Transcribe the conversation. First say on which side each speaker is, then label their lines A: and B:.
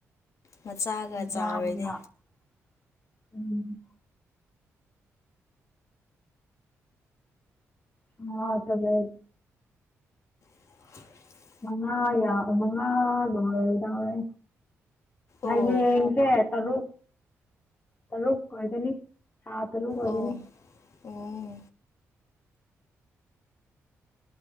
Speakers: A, on the left (about 60°); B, on the left (about 35°).
A: ꯃꯆꯥꯒ
B: <unintelligible>
A: ꯆꯥꯎꯔꯦꯅꯦ
B: ꯎꯝ <unintelligible>
A: <inaudible>
B: ꯃꯉꯥ ꯌꯥ ꯃꯉꯥ ꯒꯨꯝꯕꯗꯤ ꯌꯥꯎꯔꯦ ꯍꯌꯦꯡꯁꯦ
A: ꯑꯣ
B: ꯇꯔꯨꯛ ꯇꯔꯨꯛ ꯑꯣꯏꯒꯅꯤ <unintelligible> ꯇꯔꯨꯛ ꯑꯣꯏꯒꯅꯤ
A: ꯑꯣ ꯑꯣ